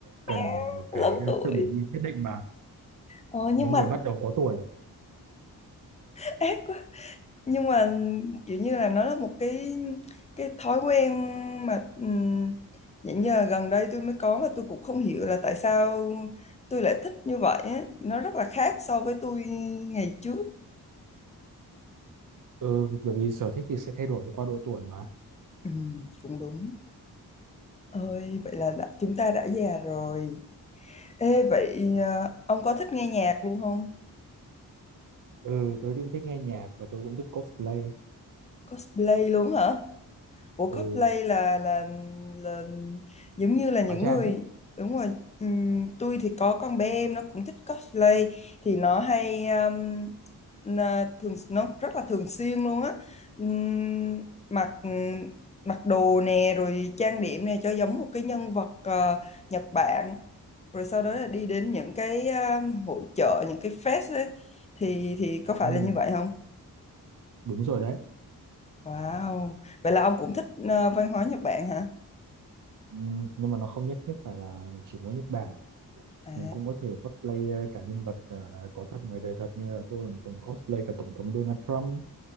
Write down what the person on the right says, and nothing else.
cần
một cái
à,
sự bình yên nhất định mà
những
người bắt đầu có tuổi
ừ, bởi vì sở thích thì sẽ thay đổi qua độ tuổi mà
ừ tôi cũng thích nghe nhạc và tôi cũng thích cosplay
ừ
hóa trang
đấy
ừ,
đúng rồi đấy
ừ, nhưng mà nó không nhất thiết phải là chỉ mỗi Nhật Bản
mình cũng có thể cosplay ờ, cả nhân vật ờ, có thật ngoài đời thật như là tôi cũng từng cosplay cả tổng thống Donald Trump